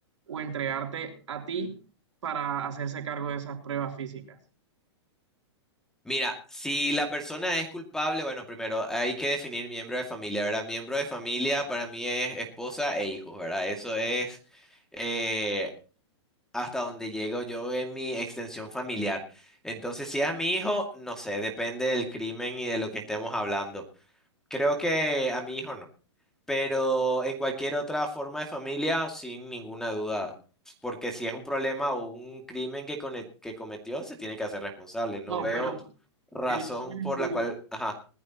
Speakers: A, on the right; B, in the centre.
A: o entregarte a ti para hacerse cargo de esas pruebas físicas?
B: Mira, si la persona es culpable, bueno, primero hay que definir miembro de familia, ¿verdad? Miembro de familia para mí es esposa e hijos, ¿verdad? Eso es eh, hasta donde llego yo en mi extensión familiar. Entonces, si es a mi hijo, no sé, depende del crimen y de lo que estemos hablando. Creo que a mi hijo no, pero en cualquier otra forma de familia, sin ninguna duda, porque si es un problema o un crimen que, cone- que cometió, se tiene que hacer responsable. No
A: No,
B: veo
A: pero
B: razón
A: el crimen
B: por
A: es tuyo,
B: la cual... Ajá.